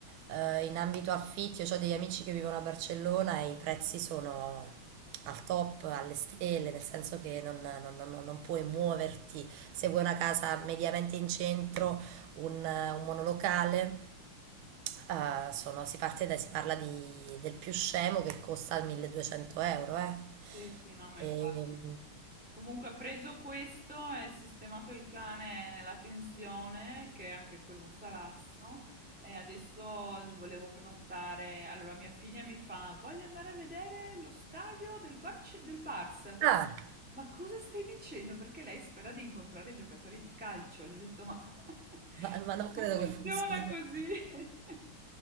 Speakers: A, on the right; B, in the centre.
A: eh, in ambito affitti, io ho degli amici che vivono a Barcellona e i prezzi sono al top, alle stelle, nel senso che non, non- non- non puoi muoverti se vuoi una casa mediamente in centro, un un monolocale. Eh, sono, si parte da, si parla di, del più scemo che costa 1200 euro, eh.
B: Sì, sì, no, ma
A: E,
B: infatti. Comunque, ha preso questo e sistemato il cane nella pensione, che è anche quello è un salasso, E adesso volevo prenotare. Allora, mia figlia mi fa: Voglio andare a vedere lo stadio del, Barce- del Barça. Faccio,
A: ah,
B: ma cosa stai dicendo? Perché lei spera di incontrare i giocatori di calcio. Le ho detto: Ma <laughs>
A: ma, ma non
B: non
A: credo
B: funziona
A: che funzioni
B: così.
A: così.
B: <laughs>